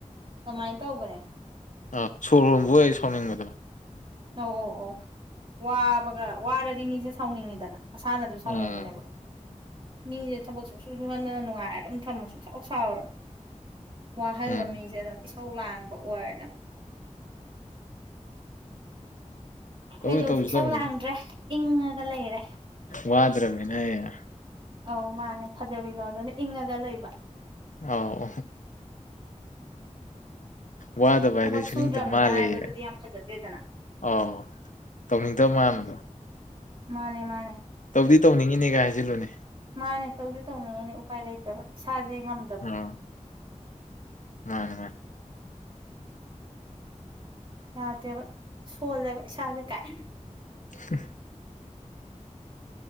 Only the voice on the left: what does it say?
ꯑꯧ ꯁꯣꯔ ꯍꯣꯟꯕꯨ ꯑꯩ ꯁꯥꯎꯅꯤꯡꯕꯗꯣ
ꯎꯝ
ꯎꯝ
ꯇꯧꯁꯨ
ꯇꯧꯁꯨ
ꯇꯧꯅꯤ
ꯋꯥꯗ꯭ꯔꯃꯤꯅꯦ
ꯑꯥꯎ ꯋꯥꯗ ꯚꯥꯏꯗꯁꯨꯨꯅꯤꯡꯇ
ꯃꯥꯂꯌꯦ
ꯑꯥꯎ ꯇꯧꯅꯤꯡꯗꯕ ꯃꯥꯟꯕꯗꯣ
ꯇꯧꯗꯤ ꯇꯧꯅꯤꯡꯉꯤꯅꯦꯒ ꯍꯥꯏꯁꯤꯜꯂꯨꯅꯦ
ꯑ ꯅ
ꯎ